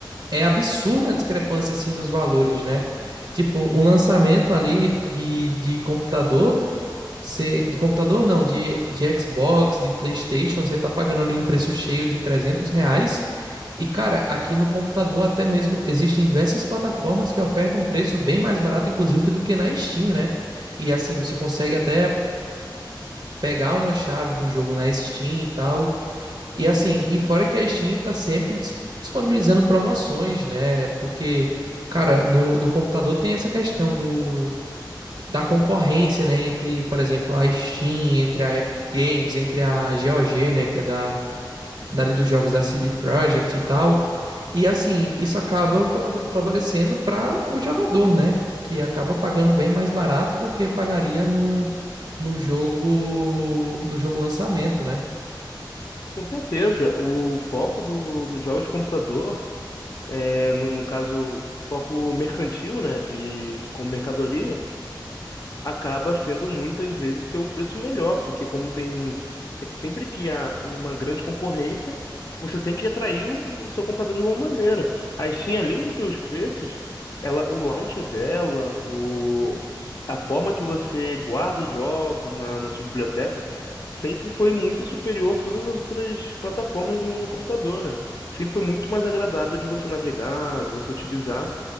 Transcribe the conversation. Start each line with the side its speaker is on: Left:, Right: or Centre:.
Right: é absurda a discrepância assim dos valores, né? Tipo, um lançamento ali de, de computador Você, de computador não, de, de Xbox, de PlayStation, você tá pagando ali um preço cheio de 300 reais. E cara, aqui no computador até mesmo existem diversas plataformas que ofertam um preço bem mais barato, inclusive, do que na Steam, né? E assim, você consegue até pegar uma chave do jogo na Steam e tal. E assim, e fora que a Steam tá sempre dis- disponibilizando promoções, né? Porque, cara, no, no computador tem essa questão do da concorrência, né, entre, por exemplo, a Steam, entre a Epic Games, entre a GOG, né, que é da dali dos jogos da CD Projekt e tal. E assim, isso acaba fa- favorecendo para o jogador, né, que acaba pagando bem mais barato do que pagaria num, num jogo no jogo lançamento, né?
Left: Com certeza, o foco do, dos jogos de computador, é, no, no caso, foco mercantil, né, de, como mercadoria, acaba sendo muitas vezes ter o preço melhor, porque como tem se- sempre que há uma grande concorrência, você tem que atrair o, o seu comprador de alguma maneira. A Steam, além de ter os preços, ela, o launcher dela, o, a forma que você guarda os jogos na, na sua biblioteca, sempre foi muito superior a todas as outras plataformas no, no computador, né? Sempre foi muito mais agradável de você navegar, de você utilizar.